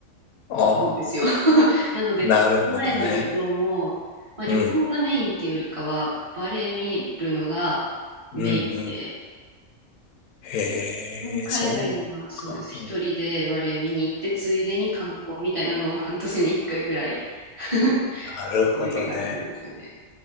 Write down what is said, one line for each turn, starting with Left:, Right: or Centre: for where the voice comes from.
Left: ああ、
Right: 行くんですよ。<laughs> なので、
Left: なるほどね。
Right: この前の旅行も、まあ、旅行がメインっていうよりかは、
Left: うん。
Right: バレー見るのがメインで、
Left: うんうん。へ
Right: うん海外にはそうです。
Left: え、そうか。
Right: 一人でバレー見に行って、
Left: うん
Right: ついでに観光みたいなのを半年に一回くらい <laughs>
Left: なるほどね。
Right: 出てるって感じなんですよね。